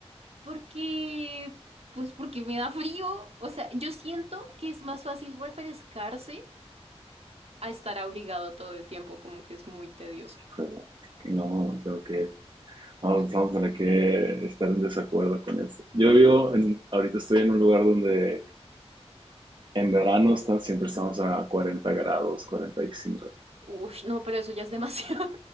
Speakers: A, on the right; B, on the right.
A: Porque, pues porque me da frío. O sea, yo siento que es más fácil refrescarse a estar abrigado todo el tiempo, como que es muy tedioso.
B: Híjole, no, tengo que. Vamos, vamos a tener que estar en desacuerdo con eso. Yo vivo en. Ahorita estoy en un lugar donde en verano está- siempre estamos a cuarenta grados, 45.
A: Uy, no, pero eso ya es demasiado.